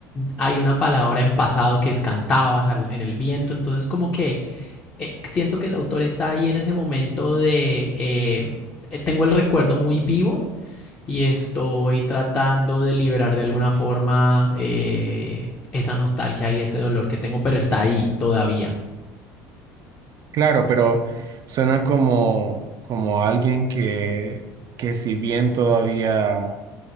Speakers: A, on the left; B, on the right.
A: hay una palabra en pasado que es cantabas al- en el viento, entonces como que eh, siento que el autor está ahí en ese momento de, eh, eh, tengo el recuerdo muy vivo y estoy tratando de liberar de alguna forma eh, esa nostalgia y ese dolor que tengo, pero está ahí todavía.
B: Claro, pero suena como, como alguien que, que si bien todavía